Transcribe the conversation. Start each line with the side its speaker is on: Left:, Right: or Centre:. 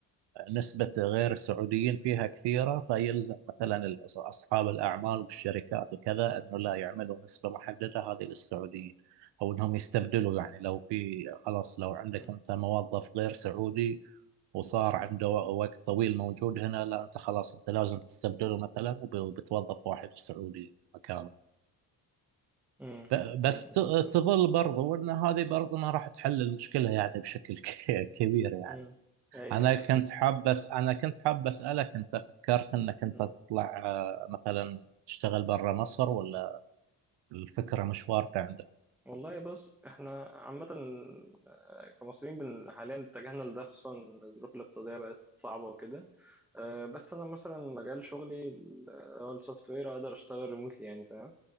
Right: نسبة غير السعوديين فيها كثيرة فيلزم مثلا الأص- أصحاب الأعمال والشركات وكذا أنه لا يعملوا نسبة محددة هذه للسعوديين أو أنهم يستبدلوا يعني لو في خلاص لو عندك
Centre: مم.
Right: أنت موظف غير سعودي وصار عنده و- وقت طويل موجود هنا لا أنت خلاص أنت لازم تستبدله مثلا وب- وبتوظف واحد سعودي مكانه
Centre: مم.
Right: ب- بس
Centre: مم.
Right: ت-
Centre: ف...
Right: تظل برضو أن هذه برضو ما راح تحل المشكلة يعني بشكل <laughs> ك- كبير يعني
Centre: مم. ايوه
Right: انا
Centre: <laughs>
Right: كنت حاب أس... انا كنت حاب اسالك انت فكرت انك انت
Centre: مم.
Right: تطلع آه، مثلا تشتغل برا مصر ولا الفكره مش واردة عندك
Centre: والله بص احنا عامة آه، كمصريين بن حاليا اتجهنا لده خصوصا الظروف الاقتصادية بقت صعبة وكده آه، بس انا مثلا مجال شغلي اللي هو السوفت وير اقدر اشتغل ريموتلي يعني فاهم